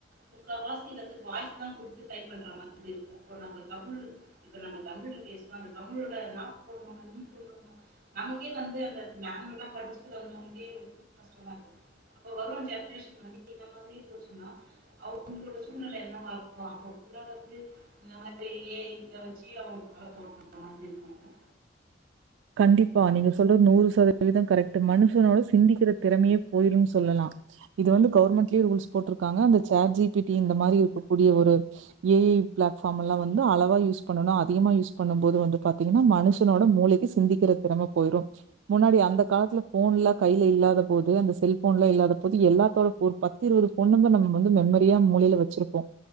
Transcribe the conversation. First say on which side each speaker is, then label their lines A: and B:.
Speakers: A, on the right (about 55°); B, on the right (about 75°).
A: முக்கா வாசி வந்து வாய்ஸ் தா குடுத்து டைப் பண்ற மாரி இருக்கு அப்பற நம்ம தமிழு இப்ப நம்ம தமிழ்ல பேசுற அந்த தமிழோட நா போட்னுமா நீ போட்னுமா நமக்கே வந்து அந்த மேன்வுலா படிச்சிட்டு வந்தவங்களுகே ரொம்ப கஷ்டமாருக்கு அப்ப வரும் ஜென்ரேஷன் இந்த மாரி போச்சின்னா அவங்களோட சூழ்நில என்னவா இருக்கு அப்போ புல்லா வந்து இந்த மாதிரி ஏ ஐ இத வச்சி அவங்க காலத்த ஓட்டுற மாதிரி இருப்பாங்க
B: <inaudible> கண்டிப்பா நீங்க சொல்றது நூறு சதவீதம் கரெக்ட்டு மனுஷனோட சிந்திக்கிற திறமையே போயிரும் சொல்லலா இது வந்து கவர்மெண்ட்லயே ரூல்ஸ் போட்ருக்காங்க அந்த சேட் ஜி பி டி இந்த மாரி இருக்கக்கூடிய ஒரு ஏ ஐ பிளாட்பார்முல்ல வந்து அளவ் வா யூஸ் பண்ணணு அதிகமா யூஸ் பண்ணும் போது வந்து பாத்தீங்கன்னா மனுஷனோட மூளைக்கு சிந்திக்கிற திறம போயிரும் முன்னாடி அந்த காலத்துல ஃபோன்லா கையில இல்லாத போது அந்த செல்போன்லா இல்லாத போது எல்லாத்தோட பொ பத்து இருவது ஃபோன் நம்பர் நம்ம வந்து மெமரியா மூளையில வெச்சிருப்போ